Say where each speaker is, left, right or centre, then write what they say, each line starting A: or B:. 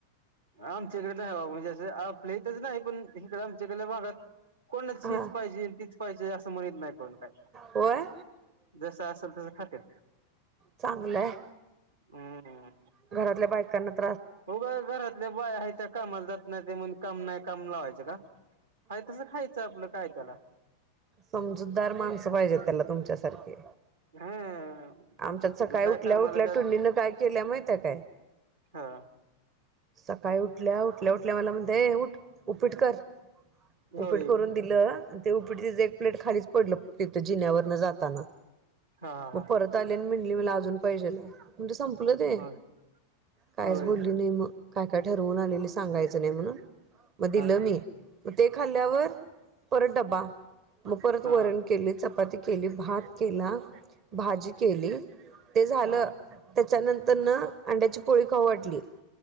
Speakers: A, on the right; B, on the right.
A: आमच्याकड नाही आहे बघा म्हणजे आपल्या इथच नाही पण आमच्या इकडच्या भागात कोणाच
B: हा
A: हिच पाहिजे तीच पाहिजे असं म्हणत नाही कोण काय
B: होय
A: जस असेल तस खातेत.
B: चांगलंय.
A: हम्म
B: घरातल्या बायकांना पण -
A: हो का घरातल्या बाय आहे त्या कामाला जात नाही. ते म्हणून काम नाही काम लावायचं का? हाय तस खायचं आपलं काय त्याला.
B: समजूतदार माणसं पाहिजेत, त्याला तुमच्यासारखे!
A: हा
B: आमच्यात सकाय
A: काय
B: उठल्या
A: कामाला
B: उठल्या टुनींन काय केल्या माहित्याय काय?
A: हं
B: सकाळी उठल्या उठल्या उठल्या मला ये म्हण उठ उपीट कर. उपीट
A: होय
B: करून दिलं ते उपीट तिच एक प्लेट खालीच पडलं तिथं जिन्यावरन जाताना.
A: हा
B: मग
A: हा हा
B: परत आले आणि म्हटली मला अजून पाहिजेला म्हणजे संप. ुलं ते
A: होय
B: कायच
A: होय
B: बोलली नाही मग काय काय ठरवून आलेली सांगायचं नाही म्हणून. मग दिल
A: हा हा
B: मी. मग ते खाल्ल्यावर परत डबा मग परत
A: हा
B: वरण केली चपाती. के भात केला भाजी केली ते झालं
A: हा
B: त्याच्यानंतर. त्यांना अंड्याची पोळी खाऊ वाटली.